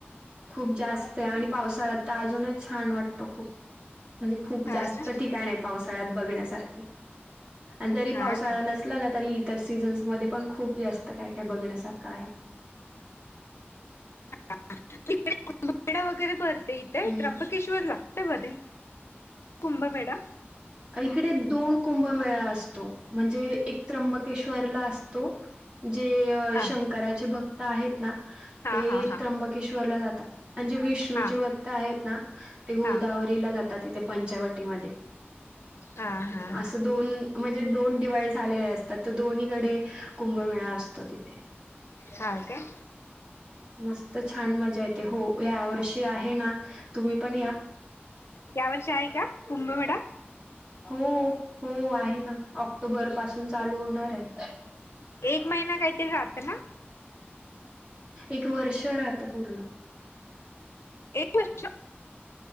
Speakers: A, on the right; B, on the left.
A: खूप जास्त आहे. आणि पावसाळ्यात तर अजूनच छान वाटत खूप. म्हणजे खूप
B: हा
A: जास्त
B: ना
A: ठिकाण पावसाळ्यात बघण्यासारखे आणि जरी पावसाळ
B: हा काय
A: नस- लं ना तरी इतर सीझन्स मध्ये पण खूप जास्त काय काय बघण्यासारखं आहे.
B: <unintelligible> तिकडे तं वगैरे भरते इथे?
A: हम्म.
B: श्वर लागत मध्ये कुंभमेढा?
A: इकडे दोन कुंभमेळा असतो, म्हणजे एक त्र्यंबकेश्वरला असतो. जेय
B: हा
A: शंकराचे भक्त आहेत ना,
B: हा
A: ते
B: हा हा
A: त्र्यंबकेश्वर जातात म्हणजे विष्णू भक्त
B: हा
A: - विष्णूचे भक्त आहेत ना,
B: हा
A: ते गोदावरीला
B: हा
A: जातात इथे पंचवटीमध्ये.
B: हा हा
A: असं दोन म्हणजे दोन डिवाइड झालेले असतात, तर दोन्हीकडे- कुंभमेळा असतो तिथे.
B: हां काय
A: मस्त छान मज्जा येते हो ह्या वर्षी आहे ना तुम्ही पण या
B: या वर्षी आहे का कुंभवेडा
A: हो हो आहे ना ऑक्टोबर पासून चालू होणार आहे
B: एक महिना काहीतरी राहत ना
A: एक वर्ष राहता पूर्ण
B: एक वर्ष